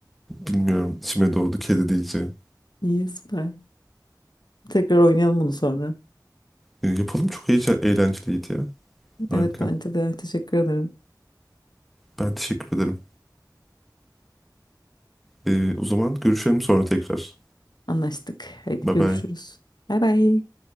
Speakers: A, in the centre; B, on the left.
A: Bilmiyorum. İçime doğdu kedi diyeceğim.
B: İyi, süper. Tekrar oynayalım bunu sonra.
A: Ee, yapalım çok iyice eğlenceliydi ya. Harika.
B: Evet, bence de. Teşekkür ederim.
A: Ben teşekkür ederim. Ee, o zaman görüşelim sonra tekrar.
B: Anlaştık. Haydi
A: Bye
B: görüşürüz.
A: bye.
B: Bay bay.